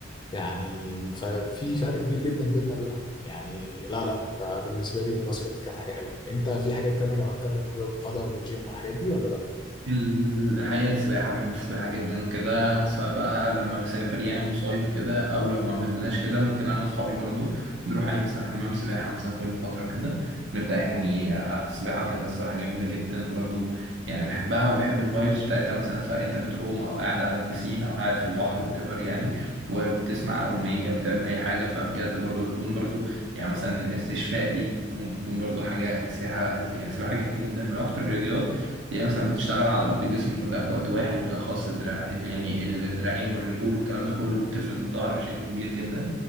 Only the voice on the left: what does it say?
يعني ففي فرق كبير جدا بيننا وبينهم يعني لا لا فبالنسبة لي الباسكت كانت حاجة حلوة انت في حاجات تانية جربتها غير كرة القدم والجيم والحاجات دي ولا لا